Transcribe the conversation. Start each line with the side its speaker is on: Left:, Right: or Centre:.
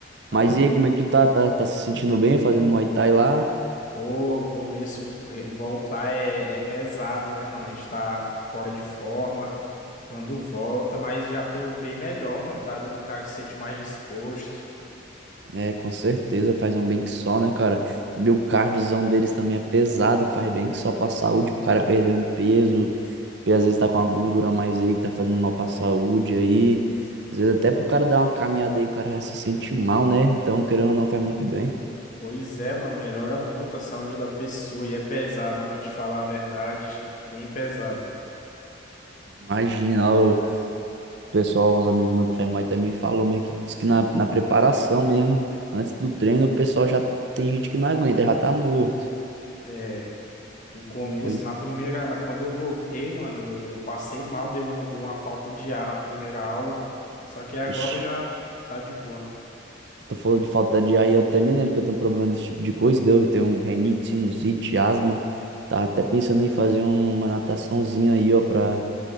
Left: Aí
Right: Mas
Left: eu,
Right: e aí, como é que tu tá? Tá, tá se sentindo bem fazendo Muay Thai lá?
Left: pô, o começo, re- voltar é, é pesado, né, mano? A gente tá fora de forma quando volta, mas já tô bem melhor, mano, tá? Do cara que se sente mais disposto.
Right: É, com certeza, faz um bem que só, né, cara? E o cardiozão deles também é pesado, faz bem que só pra saúde, pro cara perder um peso, e às vezes tá com uma gordura a mais aí, que tá fazendo mal pra saúde aí. Às vezes até pro cara dar uma caminhada aí, o cara já se sente mal, né? Então, querendo ou não, faz muito bem.
Left: Pois é, mano, melhora muito a saúde da pessoa e é pesado, ó, mano, te falar a verdade, bem pesado.
Right: Imagina, ó, o pessoal, uns amigos meus que faz mais também falou, mas que diz que na, na preparação mesmo, antes do treino, o pessoal já tem gente que não aguenta, já tá morto.
Left: É. O começo,
Right: Pois,
Left: na primeira, na, quando eu voltei, mano, eu, eu passei mal, deu um, deu uma falta de ar na primeira aula. Só que agora
Right: vixi.
Left: já tá de boa.
Right: Tu falou de falta de ar e eu até me lembro que eu tenho um problema desse tipo de coisa, deu, eu tenho um renite, sinusite, asma. Tá até pensando em fazer um, uma nataçãozinha aí, ó, pra,